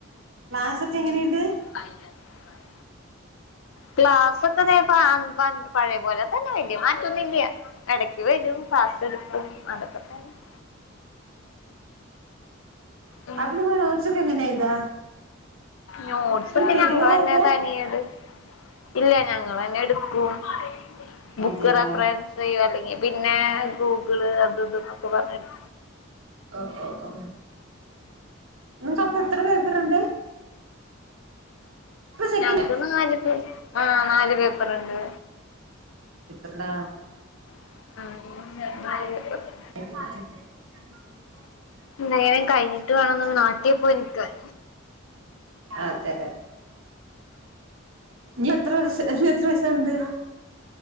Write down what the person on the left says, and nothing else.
<inaudible> ക്‌ളാസൊക്കെ ദേ പാൺ പൺ പഴയപോലെതന്നെ. മാറ്റോന്നില്ല്യാ ഇടക്ക് വരും പാസ് എടുത്തും അതൊക്കെ തന്നെ <inaudible> ഉം
നോട്സൊക്കെ
ഞങ്ങെളന്നെ
തനിയത്.. ഇല്ല ഞങ്ങൾന്നെ എടുക്കും, ബുക്ക്
റെഫറൻസ് ചെയും അല്ലെങ്കിൽ.. പിന്നെ ഗൂഗിള് അത് ഇതന്നൊക്കെ പറഞെടു..
ഞങ്ങക്ക് നാല് പേ ആ നാല് പേപ്പറുണ്ട്.
<inaudible>
നേരം കഴിഞ്ഞിട്ട് വേണം നാട്ടിൽ പോയി നിക്കാൻ.